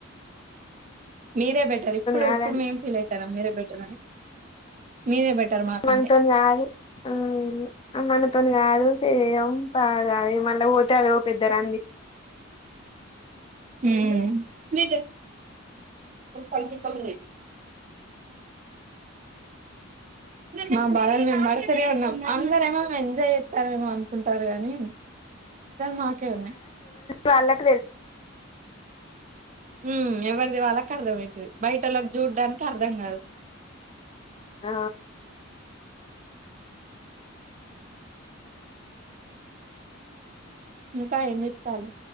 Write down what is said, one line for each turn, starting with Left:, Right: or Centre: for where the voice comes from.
Right: మీరే బెటర్ ఇప్పుడు
Left: కాదని
Right: ఇప్పుడు మేం ఫీల్ అయితనాం మీరే బెటర్ అని మీరే బెటర్ మాకంటే
Left: మనతోని కాదు అనకూడదు ఆ మనతోని కాదు చేయం. పాడ్ గా అది మళ్ళ పోతే అదో పెద్ద రంది
Right: హ్మ్ మీర్ జె వాళ్ పంక్షన్ ప్పగా ఉన్నాయి మా బాధలు మేము పడతనే ఉన్నాం. అందర్ ఏమో ఎంజాయ్ జెత్తా ఏమో అనుకుంటారు గానీ. మాకే ఉన్నయి
Left: వాళ క్
Right: హ్మ్ ఎవరిది వాళ్ళకి అర్థమయితది, బయటలోకి చూడ్డానికి అర్థం కాదు.
Left: ఆ
Right: ఇంకా ఏం చెత్తాళ్లు